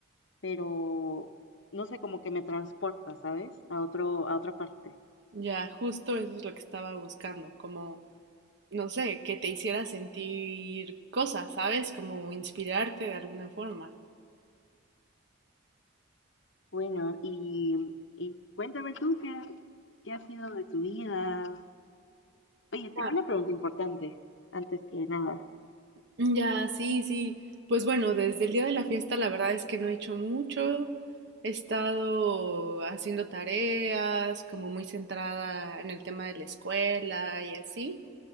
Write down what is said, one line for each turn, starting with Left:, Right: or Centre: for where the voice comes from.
Left: pero no sé, como que me transporta, ¿sabes? A otro, a otra parte.
Right: Ya, justo eso es lo que estaba buscando, como, no sé, que te hiciera sentir cosas, ¿sabes? Como inspirarte de alguna forma.
Left: Bueno, y, y cuéntame tú qué, qué ha sido de tu vida. Oye, tengo
Right: Ya,
Left: una pregunta importante, antes que nada.
Right: Ya, sí, sí. Pues bueno, desde el día de la fiesta la verdad es que no he hecho mucho. He estado haciendo tareas, como muy centrada en el tema de la escuela y así.